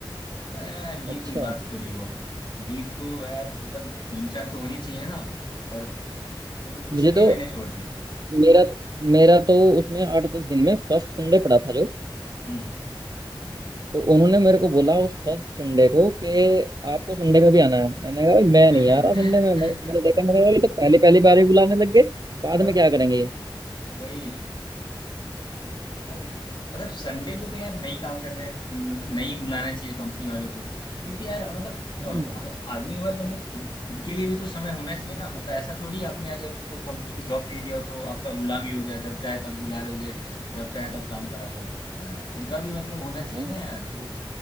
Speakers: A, on the left; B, on the right.
A: अरे यार ये
B: अच्छा
A: कोई बात थोड़ी हुआ लीव तो यार मतलब तीन चार तो होनी चाहिए ना और मतलब
B: मुझे
A: इसलिए
B: तो
A: मैंने छोड़ दिया
B: मेरा मेरा तो उसमें आठ दस दिन में फर्स्ट संडे पड़ा था जो
A: हम्म
B: तो उन्होंने मेरे को बोला उस फर्स्ट संडे को कि आपको संडे में भी आना है मैंने कहा भाई मैं
A: <laughs>
B: नहीं आ रहा संडे में मैं- मैंने देखा मैंने कहा ये तो पहली पहली बार ही बुलाने लग गए बाद
A: तब
B: में क्या करेंगे ये
A: वही मतलब ये- मतलब संडे को तो यार नहीं काम करना है मतलब नहीं बुलाना चाहिए कंपनी वालों को क्योंकि यार मतलब
B: हम्म
A: अब आदमी के पास मतलब खुद खुद के लिए भी तो समय होना चाहिए ना मतलब ऐसा थोड़ी आपने अगर उसको कंपनी में जॉब दे दिया हो तो आपका गुलामी हो गया जब चाहे तब बुला लोगे जब चाहे तब काम करा लोगे मतलब खुद का भी मतलब होना
B: हाँ
A: चाहिए ना
B: यार,